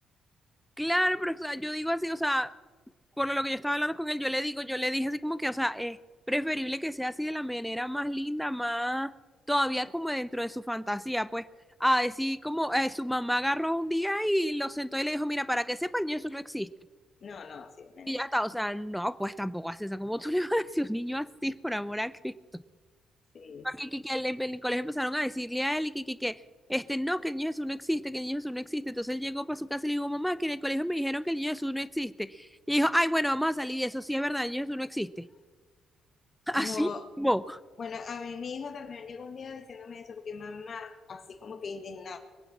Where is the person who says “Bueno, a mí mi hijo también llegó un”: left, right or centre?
Left